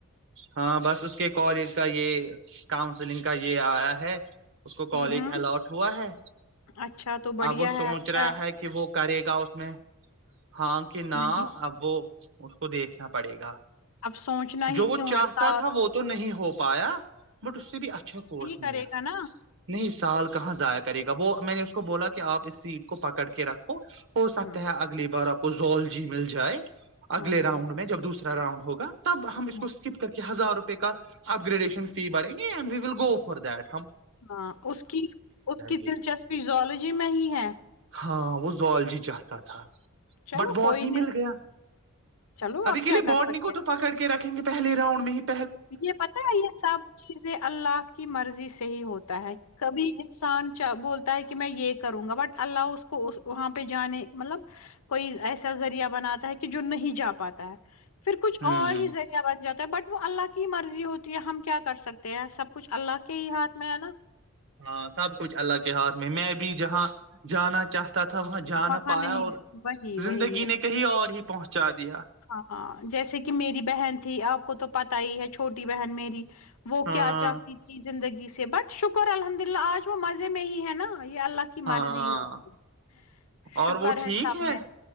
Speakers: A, on the right; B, on the left.
A: ہاں بس اس کے کالج کا یہ کاؤنسلنگ کا یہ آیا ہے اس کو کالج
B: ہ ہ
A: الٹ ہوا ہے
B: اچھا تو بڑھیا
A: ا وہ
B: ہے
A: سوچ
B: اچھا
A: رہا ہے کہ وہ کرے گا اس میں ہاں کہ نہ
B: نہیں
A: اب اس کو دیکھنا پڑے گا
B: اب سوچنا ہی
A: جو وہ
B: کیوں
A: چاہتا
B: ہے سالھ
A: تھا وہ تو نہیں ہو پایا بٹ اس سے بھی اچھا کورس
B: کرے
A: ملا
B: گا نا
A: نہیں سال کہاں ضائع کرے گا وہ میں نے اس کو بولا کہ آپ اس سیٹ کو پکڑ کے رکھو ہو سکتا
B: ہوں
A: ہے اگلی بار کو زول جی مل جائے اگلے
B: ہوں
A: راؤنڈ میں جب دوسرے رؤنڈ ہوگا تب ہم اس
B: ہوں
A: کو اسکپ کر کے ہزار روپے کا اپ گریڈیشن فی باریں گی and we will go for that
B: ہاں اس کی اس کی
A: گے
B: دلچسپی زالوجی میں ہی ہے
A: ہاں وہ زالجی چاہتا تھا
B: چلو
A: بٹ باٹ
B: کوئی
A: نہیں مل گیا
B: چلو
A: ابھی
B: اب
A: کے
B: کیا
A: لیے
B: کر
A: بورڈ
B: سکتے
A: ن کو
B: ہیں
A: تو پکڑ کے رکھیں گے پہلی راؤنڈ میں ہی تو
B: یہ پتا ہے یہ سب چیزیں اللہ کی مرضی سے ہی ہوتا ہے کبھی انسان بولتا ہے کہ کہ میں یہ کروں گا بٹ اللہ اس کو وہاں پہ جانے مطلب کوئی ایسا ذریعہ بناتا ہے کہ جو نہیں جا پاتا ہے پھر کچھ
A: ہ ہ
B: اور ہی ذریعہ بن جاتا بٹ وہ اللہ کے کی مرضی ہوتی ہے ہم کیا کر سکتے ہیں سب کچھ اللہ کے ہی ہاتھ میں ہے نا
A: ہاں سب کچھ اللہ کے ہاتھ میں میں بھی جہاں جانا چاہتا تھا وہاں جا نہ
B: وہاں
A: پایا
B: نہیں
A: اور
B: وہی وہی
A: زندگی نے کہیں اور ہی پہنچا دیا
B: ہاں ہاں جیسے کہ میری بہن تھی آپ کو تو پتا ہی ہے چھوٹی بہن میری وہ
A: ہاں
B: کیا چاہتی تھیز زندگی سے بٹ شکر الحمد للہ آج وہ مزے میں ہی ہے نا یہ اللہ کی
A: ہاں
B: مرضی ہوتی ہے
A: اور
B: شکر
A: وہ ٹھیک
B: سب
A: ہے
B: میں